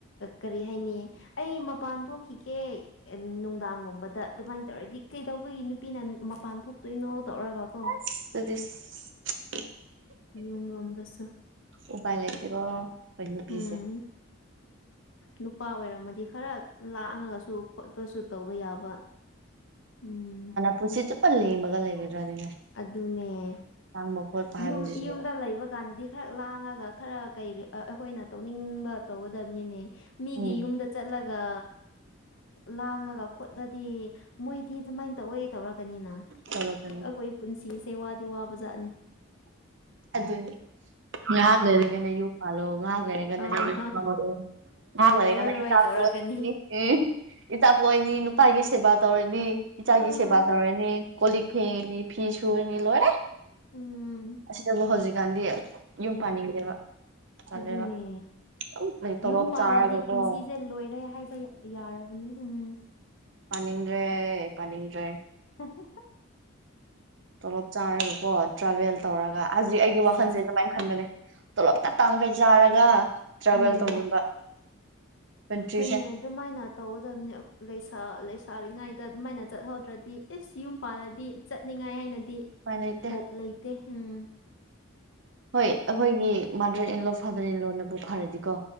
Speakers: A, on the left; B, on the right.
A: ꯀꯔꯤ ꯍꯥꯏꯅꯤ ꯑꯩ ꯃꯄꯥꯟ ꯊꯣꯛꯈꯤꯒꯦ ꯅꯨꯡꯗꯥꯡꯒꯨꯝꯕꯗ ꯑꯗꯨꯃꯥꯏꯅ ꯇꯧꯔꯗꯤ ꯀꯩꯗꯧꯕꯒꯤ ꯅꯨꯄꯤꯅ ꯃꯄꯥꯟ ꯊꯣꯛꯇꯣꯏꯅꯣ ꯇꯧꯔꯒ ꯀꯣ
B: ꯑꯗꯨꯗꯤꯁ
A: ꯌꯨꯝ ꯔꯣꯝꯗꯁꯨ
B: ꯎꯄꯥꯥꯏ ꯂꯩꯇꯦꯕꯣ ꯅꯨ ꯄ꯭ꯂꯤꯤꯁꯦ
A: ꯎꯝ ꯅꯨꯄꯥ ꯑꯣꯏꯔꯝꯃꯗꯤ ꯈꯔ ꯂꯥꯡꯉꯒꯁꯨ ꯈꯣꯠꯄꯁꯨ ꯇꯧꯕ ꯌꯥꯕ ꯎꯝ
B: ꯄꯨꯟꯁꯤꯁꯨ ꯆꯨꯞꯄ ꯂꯦꯝꯃꯒ ꯂꯩꯒꯗ꯭ꯔꯅꯦ
A: ꯑꯗꯨꯅꯦ
B: ꯂꯥꯡꯕ ꯈꯣꯠꯄ ꯍꯥꯏꯕꯁꯤꯁꯨ
A: ꯌꯨꯝ ꯌꯨꯝꯗ ꯂꯩꯕ ꯀꯥꯟꯗꯗꯤ ꯈꯔ ꯂꯥꯡꯉꯒ ꯈꯔ ꯀꯩ ꯑꯩꯈꯣꯏꯅ ꯇꯧꯅꯤꯡꯕ ꯇꯧꯒꯗꯕꯅꯤꯅꯦ ꯃꯤꯒꯤ
B: ꯎꯝ
A: ꯌꯨꯝꯗ ꯆꯠꯂꯒ ꯂꯥꯡꯉꯒ ꯈꯣꯠꯂꯗꯤ ꯃꯣꯏꯗꯤ ꯑꯗꯨꯃꯥꯏꯅ ꯇꯧꯋꯦ ꯇꯧꯔꯛ ꯀꯅꯤꯅ
B: ꯇꯧꯔꯛꯀꯅꯤ
A: ꯑꯩꯈꯣꯏ ꯄꯨꯟꯁꯤꯁꯦ ꯋꯥꯗꯤ ꯋꯥꯕꯖꯥꯠꯅꯤ
B: ꯑꯗꯨꯅꯦ ꯉꯩꯍꯥꯛ ꯂꯩꯔꯒꯅ ꯌꯨꯝ ꯄꯥꯜꯂꯣ ꯉꯩꯍꯥꯛ ꯂꯩꯔꯒꯅ
A: ꯑꯥ
B: <unintelligible> ꯉꯩꯍꯥꯛ
A: ꯑꯣꯏꯔꯔꯣꯏ
B: ꯂꯩꯔꯒꯅ ꯢꯆꯥ
A: ꯇꯧꯔꯛꯀꯅꯤ
B: ꯄꯣꯛꯑꯅꯤ ꯎꯝ ꯏꯆꯥ ꯄꯣꯛꯏꯅꯤ ꯅꯨꯄꯥꯒꯤ ꯁꯦꯕꯥ ꯇꯧꯔꯅꯤ ꯏꯆꯥꯒꯤ
A: ꯑꯥ
B: ꯁꯦꯕꯥ ꯇꯧꯔꯅꯤ ꯀꯂꯤꯛ ꯐꯤꯉꯅꯤ ꯐꯤꯤꯁꯔꯅꯤ ꯂꯣꯏꯔꯦ
A: ꯎꯝ
B: ꯑꯁꯤꯗꯕꯨ ꯍꯧꯖꯤꯛꯀꯥꯟꯗꯤ ꯌꯨꯝ ꯄꯥꯅꯤꯡꯗꯦꯕ ꯇꯜꯂꯦꯕ
A: ꯑꯗꯨꯅꯦ
B: ꯑꯗꯨꯝ ꯇꯣꯂꯣꯞ
A: ꯌꯨꯝ ꯄꯥꯜꯂꯗꯤ
B: ꯆꯥꯔꯒꯀꯣ
A: ꯄꯨꯟꯁꯤꯁꯦ ꯂꯣꯏꯔꯦ ꯍꯥꯏꯕ ꯌꯥꯔꯕꯅꯦ ꯎꯝ
B: ꯄꯅꯤꯡꯗ꯭ꯔꯦ ꯄꯅꯤꯡ꯭ꯔꯦ
A: <inaudible>
B: ꯇꯣꯂꯣꯞ ꯆꯥꯔꯒ ꯀꯣ ꯇ꯭ꯔꯥꯚꯦꯜ ꯇꯧꯔꯒ ꯍꯧꯖꯤꯛ ꯑꯩꯒꯤ
A: ꯎꯝ
B: ꯋꯥꯈꯜꯁꯦ ꯑꯗꯨꯃꯥꯏꯅ ꯈꯟꯕꯅꯦ ꯇꯣꯂꯣꯞ ꯇ ꯇꯥꯡꯈꯩ ꯆꯥꯔꯒ ꯇ꯭ꯔꯦꯕꯦꯜ
A: ꯎꯝ
B: ꯇꯅꯅꯨꯡꯗ ꯄꯆꯁꯦ
A: ꯍꯣꯏꯅꯦ ꯑꯗꯨꯃꯥꯏꯅ ꯇꯧꯒꯗꯕꯅꯤꯁꯥ ꯂꯩꯁꯥꯔꯤꯉꯩꯗ ꯑꯗꯨꯃꯥꯏꯅ ꯆꯠꯍꯧꯗ꯭ꯔꯗꯤ ꯑꯦꯁ ꯌꯨꯝ ꯄꯥꯜꯂꯗꯤ ꯆꯠꯅꯤꯡꯉꯥꯏ ꯍꯥꯏꯅꯗꯤ
B: ꯎꯄꯥꯏ ꯂꯩꯇꯦ
A: ꯍꯣꯞ ꯂꯩꯇꯦ ꯎꯝ
B: ꯍꯣꯏ ꯑꯩꯈꯣꯏꯒꯤ ꯃꯥꯗꯔ ꯏꯟꯂꯣ ꯐꯥꯗꯔ ꯏꯟ ꯂꯣꯅꯕꯨ ꯐꯔꯗꯤꯀꯣ